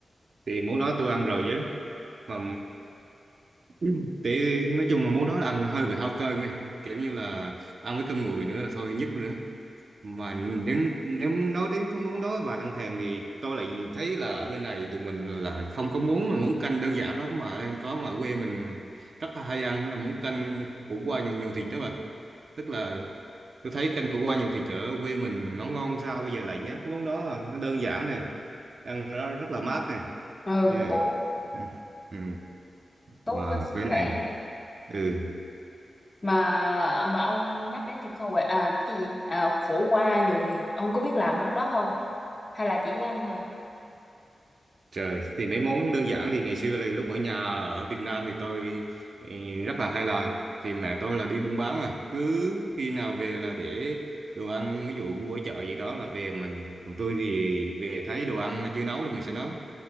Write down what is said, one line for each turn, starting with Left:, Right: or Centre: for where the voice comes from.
Right: thì món đó tôi ăn rồi chứ mà ừm, thì nói chung là món đó là ăn hơi bị hao cơm nghe kiểu như là ăn với cơm nguội nữa là thôi nhức rồi đó mà nếu nếu nói đến cái món đó bà đang thèm thì tôi lại thấy là ở bên này tụi mình là không có món mà món canh đơn giản lắm mà em có mà quê mình rất là hay ăn đó là món canh khổ qua nhiều, nhiều thịt đó bà tức là tôi thấy canh khổ qua nhiều thịt ở quê mình nó ngon sao bây giờ lại nhớ cái món đó à. nó đơn giản này ăn nó rất là mát này
Left: Ừ,
Right: yeah.
Left: bổ
Right: ừ. ừ.
Left: tốt
Right: mà
Left: cho sức
Right: bên
Left: khỏe.
Right: này ừ
Left: Mà mà ông nhắc đến thịt kho quẹt à cái gì? À, khổ qua nhồi thịt, ông có biết làm món đó không? Hay là chỉ biết ăn thôi?
Right: Trời, thì mấy món đơn giản thì ngày xưa là lúc ở nhà ở Việt Nam thì tôi ừ, rất là hay làm. Thì mẹ tôi là đi buôn bán mà, cứ khi nào về là để đồ ăn, ví dụ mua ở chợ gì đó là về mình. Còn tôi thì về thấy đồ ăn là chưa nấu thì mình sẽ nấu.